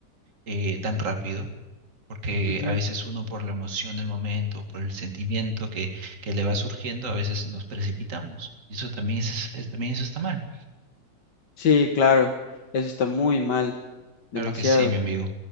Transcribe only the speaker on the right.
eh, tan rápido porque
a veces uno por la emoción del momento, por el sentimiento que, que le va surgiendo, a veces nos precipitamos. Y eso también es, es- también eso está mal.
Claro que sí, mi amigo.